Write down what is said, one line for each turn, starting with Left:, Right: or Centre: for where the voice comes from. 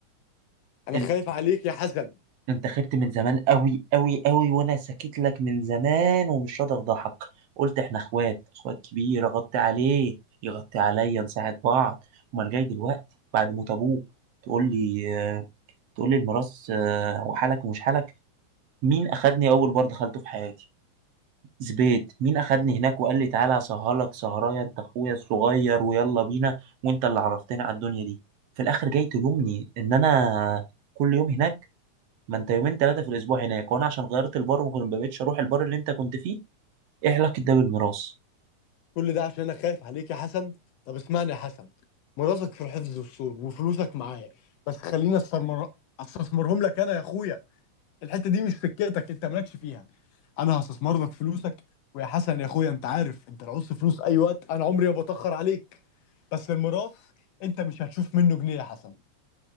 Left: انا
Right: انت
Left: خايف عليك يا حسن
Right: انت خبت من زمان قوي قوي قوي وانا ساكت لك من زمان ومش راضي افضحك قلت احنا اخوات اخوات كبير اغطي عليه يغطي عليا نساعد بعض امال جاي دلوقتي بعد موت ابوك تقول لي آه، تقول لي الميراث آه، وحالك ومش حالك مين اخدني اول بار دخلته في حياتي زبيت مين اخدني هناك وقال لي تعالى اسهرلك سهرايه انت اخويا الصغير ويلا بينا وانت اللي عرفتني على الدنيا دي في الاخر جاي تلومني ان انا كل يوم هناك ما انت يومين ثلاثه في الاسبوع هناك وانا عشان غيرت البار وما كنت- ما بقتش اروح البار اللي انت كنت فيه ايه علاقه ده بالميراث
Left: كل ده عشان انا خايف عليك يا حسن طب اسمعني يا حسن مراتك في الحفظ والصون وفلوسك معايا بس خليني استثمر استثمرهم لك انا يا اخويا الحته دي مش سكتك انت مالكش فيها انا هستثمر لك فلوسك ويا حسن يا اخويا انت عارف انت لو عوزت فلوس اي وقت انا عمري ما بتاخر عليك بس الميراث انت مش هتشوف منه جنيه يا حسن